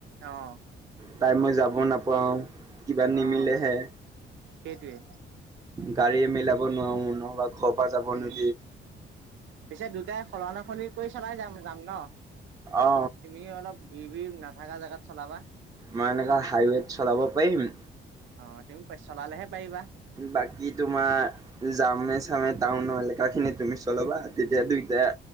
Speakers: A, on the right; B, on the right.
A: অ'
B: তাই মই যাব নাপাওঁ কিবা নিমিলেহে
A: অ' সেইটোৱে
B: গাড়ী মিলাব নোৱাৰো, নব ঘৰ পৰা যাব
A: উম।
B: নোৱাৰো
A: পিছে দুটাই সলনাসলনি কৰি চলাই যাম যাম ন?
B: অ অ
A: তুমি অলপ বি বি নাথাকা জাগাত চলাবা।
B: মই এনেুৱা হাইৱেত চলাব পাৰিম,
A: অ তুমি চলালেহে পাৰিবা।
B: বাকী তোমাৰ যামে চামে টাউনৰ এলেকা খিনি তুমি চলাবা তেতিয়া দুই দে